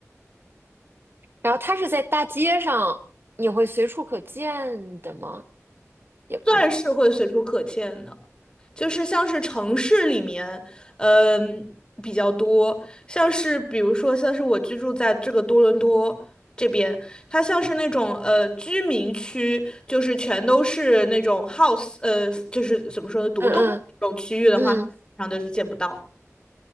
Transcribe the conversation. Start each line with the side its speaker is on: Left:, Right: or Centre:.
Right: 然后它是在大街上，你会随处可见的吗？也不是，
Left: 钻是会随处可见的。就是像是城市里面，嗯，比较多，像是比如说像是我居住在这个多伦多这边，它像是那种呃居民区，就是全都是那种 house，呃，就是怎么说呢，独栋这种区域的话，
Right: 嗯嗯嗯，
Left: 通常都是见不到。